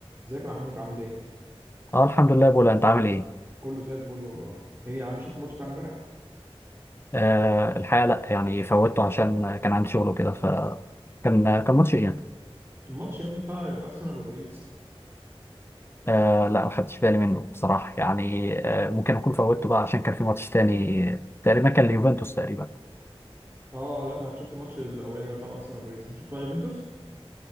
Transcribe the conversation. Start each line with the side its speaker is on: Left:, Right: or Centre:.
Right: ازيك يا محمود عامل ايه؟
Left: اه الحمد لله بولا انت عامل ايه
Right: كله زي الفل والله. ايه يا عم شفت الماتش بتاع امبارح؟
Left: آه الحقيقه لا يعني فوتته عشان كان عندي شغل وكده ف كان كان ماتش اياب
Right: الماتش يا ابني بتاع ارسنال وباريس.
Left: آه لا ما خدتش بالي منه بصراحه يعني آه ممكن اكون فوتته بقى عشان كان في ماتش تاني تقريبا كان ليوفنتوس تقريبا
Right: اه لا ما شفت الماتش الاولاني بتاع ارسنال وباريس، انت شفت بقى يوفنتوس؟